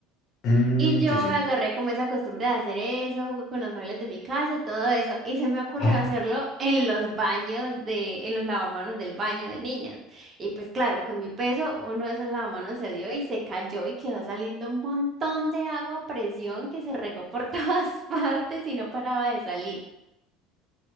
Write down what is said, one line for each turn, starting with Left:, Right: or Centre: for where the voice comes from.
Left: Mm,
Right: Y yo
Left: sí, sí.
Right: agarré como esa costumbre de hacer eso con los muebles de mi casa y todo eso. Y se me
Left: <gasps>
Right: ocurrió hacerlo en los baños de, en los lavamanos del baño de niñas. Y pues claro, con mi peso, uno de esos lavamanos se dio y se cayó y quedó saliendo un montón de agua a presión que se regó por <laughs> todas partes y no paraba de salir.